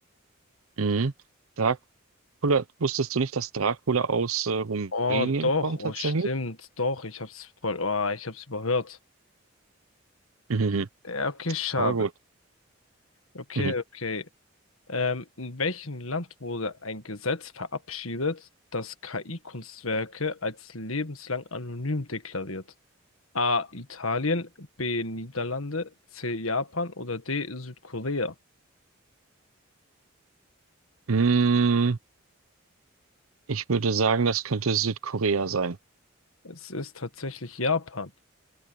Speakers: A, on the right; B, on the left.
A: Mhm. Dracula, wusstest du nicht, dass Dracula aus äh, Rumänien
B: Oh, doch.
A: kommt
B: Oh,
A: tatsächlich?
B: stimmt. Doch, ich hab's voll, oh, ich hab's überhört.
A: Mhm.
B: Ja, okay, schade.
A: Aber gut.
B: Okay,
A: Mhm.
B: okay. Ähm, in welchem Land wurde ein Gesetz verabschiedet, das KI-Kunstwerke als lebenslang anonym deklariert? A. Italien, B. Niederlande, C. Japan oder D. Südkorea?
A: Mm, ich würde sagen, das könnte Südkorea sein.
B: Es ist tatsächlich Japan.